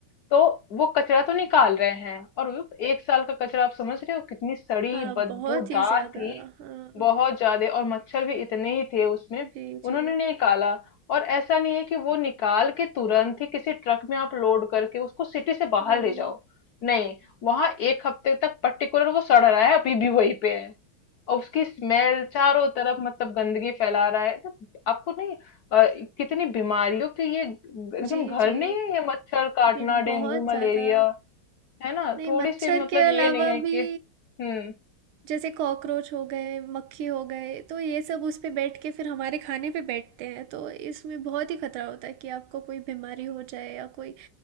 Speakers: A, on the left; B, on the right.
A: तो वो कचरा तो निकाल रहे हैं और वो एक साल का कचरा आप समझ रहे हो कितनी सड़ी
B: हाँ,
A: बदबूदार
B: बहुत ही ज़्यादा।
A: थी
B: हाँ।
A: बहुत ज्यादा और मच्छर भी इतने ही थे उसमें
B: जी,
A: उन्होंने
B: जी।
A: नहीं निकाला और ऐसा नहीं है कि वो निकाल के तुरंत ही किसी ट्रक में आप लोड करके उसको सिटी से बाहर
B: नहीं।
A: ले जाओ नहीं वहां एक हफ्ते तक पर्टिकुलर वो सड़ रहा है अभी भी वहीं पे है और उसकी स्मेल चारों तरफ मतलब गंदगी फैला रहा है तो आपको नहीं अ, कितनी बीमारियों के ये एकदम
B: जी,
A: घर
B: जी।
A: नहीं है ये मच्छर काटना
B: जी, बहुत
A: डेंगू मलेरिया
B: ज़्यादा।
A: है ना
B: नहीं,
A: थोड़ी
B: मच्छर
A: सी मतलब
B: के अलावा
A: ये नहीं है कि
B: भी
A: हम्म
B: जैसे कॉकरोच हो गए, मक्खी हो गए, तो ये सब उस पे बैठ के फिर हमारे खाने पे बैठते हैं, तो इसमें बहुत ही खतरा होता है कि आपको कोई बीमारी हो जाए या कोई